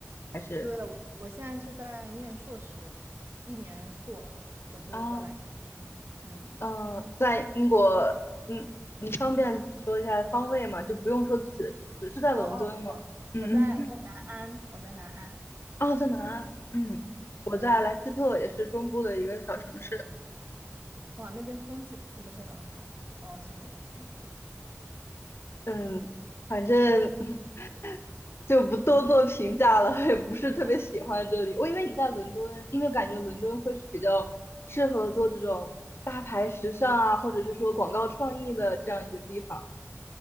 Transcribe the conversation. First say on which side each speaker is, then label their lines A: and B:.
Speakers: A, on the left; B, on the right.
A: 还是？
B: 对了，我现在是在念硕士，一年硕，我就过来念。
A: 啊，
B: 嗯，
A: 嗯，在英国，嗯，你方便说一下方位吗？就不用说自己的城市，是在伦敦吗？
B: 哦哦哦，
A: 嗯嗯
B: 我在我在南安，我在南安。
A: 啊，在南安，嗯，我在莱斯特，
B: 对，
A: 也是中部的一个小城市，
B: 哇，那边风景是不是很好？我好像有听过。
A: 嗯，反正
B: 嗯，
A: <laughs> 就不多做评价了，也不是特别喜欢这里。
B: <laughs>
A: 我以为你在伦敦，因为感觉伦敦会是比较适合做这种大牌时尚啊，或者是说广告创意的这样一个地方